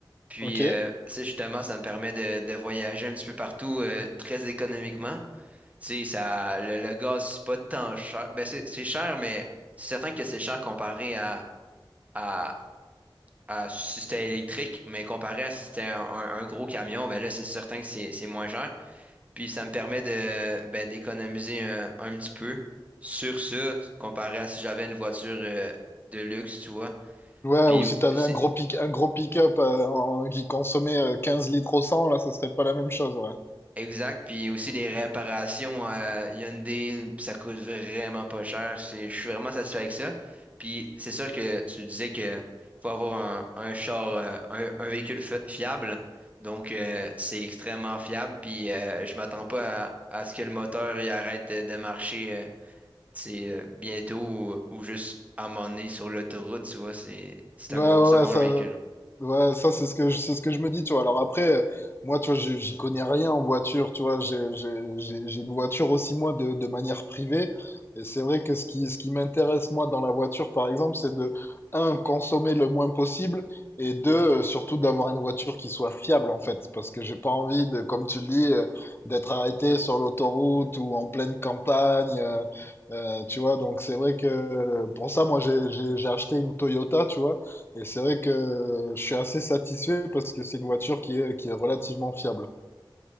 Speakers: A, on the right (about 15°); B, on the left (about 25°).
A: Puis
B: Ok.
A: euh, ça, justement, ça me permet de, de voyager un petit peu partout euh, très économiquement. Tu sais, ça, le, le gaz, c'est pas tant cher. Ben, c'est c'est cher, mais c'est certain que c'est cher comparé à, à, à si c'était électrique, mais comparé à si c'était un, un- un gros camion, ben là, c'est certain que c'est c'est moins cher. Puis ça me permet de ben, d'économiser un, un petit peu sur ça, comparé à si j'avais une voiture euh, de luxe, tu vois.
B: Ouais,
A: Puis
B: ou si t'avais
A: aussi,
B: un gros pick, un gros pick-up euh, en- qui consommait euh, 15 litres au 100, là, ça serait pas la même chose. ouais.
A: Exact, puis aussi les réparations euh, Hyundai, ça coûte vraiment pas cher. C'est- Je suis vraiment satisfait avec ça. Puis c'est sûr que tu disais que faut avoir un, un char, euh, un, un véhicule fi- fiable. Donc euh, c'est extrêmement fiable. Puis euh, je m'attends pas à, à ce que le moteur il arrête de, de marcher euh, tu sais, euh, bientôt ou, ou juste à un moment donné sur l'autoroute, tu vois, c'est c'est
B: Ouais,
A: un
B: ouais,
A: bon, c'est un bon
B: ouais, ça,
A: véhicule.
B: ouais, ça c'est ce que je, c'est ce que je me dis, tu vois. Alors après, euh, moi, tu vois, je- j'y connais rien en voiture, tu vois. J'ai, j'ai, j'ai j'ai une voiture aussi, moi, de, de manière privée. Et c'est vrai que ce qui, ce qui m'intéresse, moi, dans la voiture, par exemple, c'est de, un, consommer le moins possible, et deux, euh, surtout d'avoir une voiture qui soit fiable, en fait. Parce que j'ai pas envie de, comme tu le dis, euh, d'être arrêté sur l'autoroute ou en pleine campagne. euh, euh, tu vois, donc c'est vrai que euh, pour ça, moi, j'ai, j'ai j'ai acheté une Toyota, tu vois. Et c'est vrai que je suis assez satisfait parce que c'est une voiture qui est, qui est relativement fiable.